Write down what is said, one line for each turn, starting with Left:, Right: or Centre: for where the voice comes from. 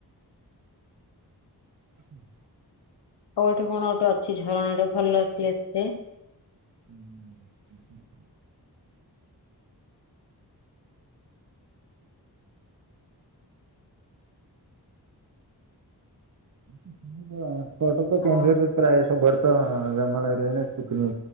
Right: <inaudible>
Left: ଆଉ ଗୋଟେ କଣ ଗୋଟେ ଅଛି ଝରଣା ଟେ, ଭଲ ପ୍ଲେସ ଯେ।
Right: <inaudible> <unintelligible> କେଉଁଝରରେ
Left: ଆଉ
Right: ପ୍ରାୟ ସବୁଆଡେ ତ ଜଙ୍ଗଲ ଏରିଆ, ସୁକିନି